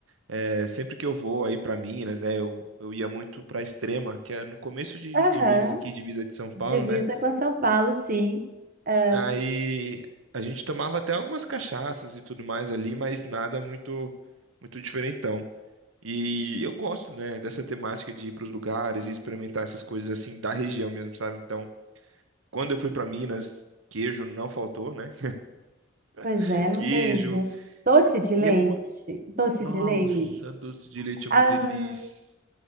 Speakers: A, on the right; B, on the right.
A: é, sempre que eu vou aí para Minas, né, eu, eu ia muito para Extrema, que é no começo de,
B: aham.
A: de Minas aqui, divisa de São Paulo,
B: Divisa
A: né?
B: com São Paulo, sim. Ah,
A: Aí a gente tomava até algumas cachaças e tudo mais ali, mas nada muito muito diferentão. E eu gosto, né, dessa temática de ir para os lugares e experimentar essas coisas assim da região mesmo, sabe? Então, quando eu fui para Minas, queijo não faltou, né?
B: pois
A: <laughs>
B: é, não
A: Queijo
B: tem jeito. Doce de leite.
A: e a cu...
B: Doce
A: Nossa,
B: de leite.
A: doce de leite é
B: Ah,
A: uma delícia.